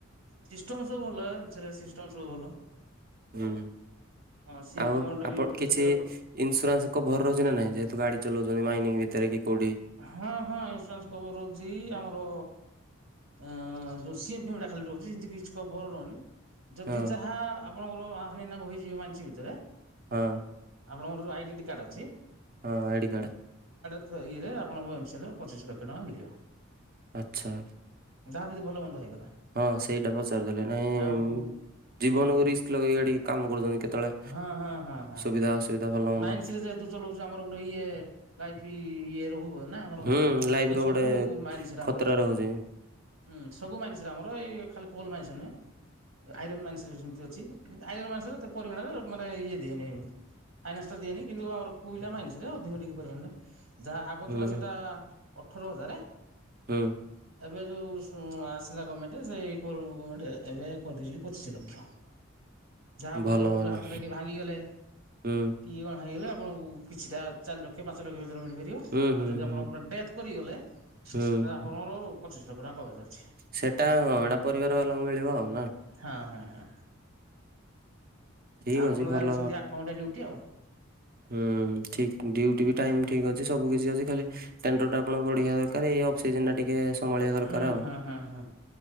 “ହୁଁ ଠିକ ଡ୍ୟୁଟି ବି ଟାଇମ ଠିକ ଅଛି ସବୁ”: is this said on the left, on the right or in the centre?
Right